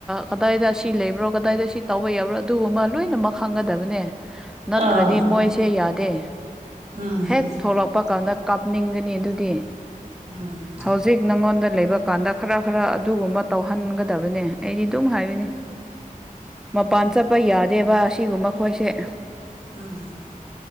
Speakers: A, in the centre; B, on the right.
A: ꯀꯗꯥꯏꯗ ꯑꯁꯤ ꯂꯩꯕ꯭ꯔꯣ ꯀꯗꯥꯏꯗ ꯁꯤ ꯇꯧꯕ ꯌꯥꯎꯔꯣ ꯑꯗꯨꯒꯨꯝꯕ ꯂꯣꯏꯅꯃꯛ ꯈꯥꯡꯒꯗꯕ ꯅꯠꯇ꯭ꯔꯗꯤ
B: ꯑꯥ
A: ꯃꯣꯏꯁꯦ ꯌꯥꯗꯦ
B: ꯎꯝ
A: ꯍꯦꯛ ꯊꯣꯛꯣꯂꯛꯄ ꯀꯥꯟꯗ ꯀꯥꯞꯅꯤꯡꯒꯅꯤ ꯑꯗꯨꯗꯤ
B: ꯎꯝ
A: ꯍꯧꯖꯤꯛ ꯅꯪꯉꯣꯟꯗ ꯂꯩꯕ ꯀꯥꯟꯗ ꯈꯔ ꯈꯔ ꯑꯗꯨꯒꯨꯝꯕ ꯇꯧꯍꯟꯒꯗꯕꯅꯦ ꯑꯩꯗꯤ ꯑꯗꯨꯝ ꯍꯥꯏꯕꯅꯤ
B: ꯎꯝ
A: ꯃꯄꯥꯟ ꯆꯠꯄ ꯌꯥꯗꯦꯕ ꯑꯁꯤꯒꯨꯝꯕ ꯑꯩꯈꯣꯏꯁꯦ
B: ꯎꯝ